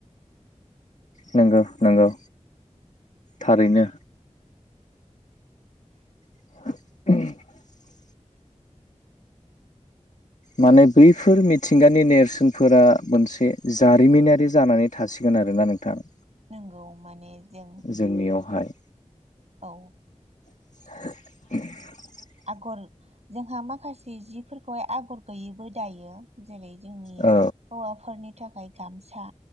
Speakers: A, on the left; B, on the right.
A: नंगौ नंगौ थारैनो <unintelligible> माने बैफोर मिथिंगानि नेरसोनफोरा मोनसे जारिमिनारि जानानै थासिगोन आरोना नोंथां।
B: नंगौ माने जों
A: जोंनियावहाय
B: औ
A: <unintelligible>
B: आगर जोंहा माखासे जिफोरखौहाय आगर गैयैबो दायो। जेरै जोंनि
A: औ
B: हौवाफोरनि थाखाय गामसा